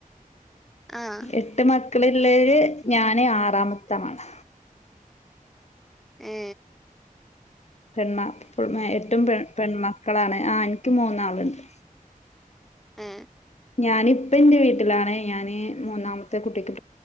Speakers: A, in the centre; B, on the left (about 50°).
A: ആഹ്
B: എട്ട് മ മക്കളുള്ളയില് ഞാന് ആറാമത്താളാണ്
A: ഏ
B: പെൺമ എട്ടും പെൺ പെൺമ മക്കളാണ് ആ എനിക്ക് മൂന്നാളുണ്ട്
A: ആ
B: ഞാനിപ്പൻ്റെ വീട്ടിലാാണ് ഞാന് മൂന്നാമത്തെ കുട്ടിക്ക്